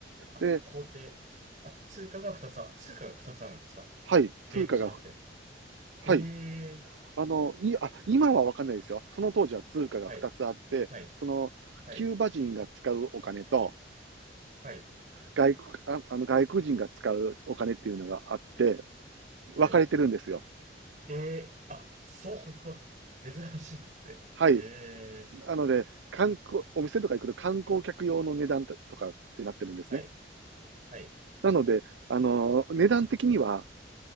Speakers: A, on the right; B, on the right.
A: あ、
B: で、
A: 工程。あ、通貨が2つあ、通貨が2つあるんですか
B: はい、通貨が、
A: レートじゃなくて。
B: はい。
A: ええ
B: あの、い、あ、今はわかんないですよ。その当時は通貨が2つあって、
A: はい、はい、
B: その、
A: はい、
B: キューバ人が使うお金と、
A: はい、
B: 外国、ああの外国人が使うお金っていうのがあって、
A: はい。
B: 分かれてるんですよ。
A: ええあ、そう、<laughs> 珍しいですね。
B: はい。
A: え
B: なので、
A: え
B: 観光、お店とか行くと観光客用の値段とかってなってるんですね。
A: はい、はい、
B: なので、あの値段的には、
A: あ、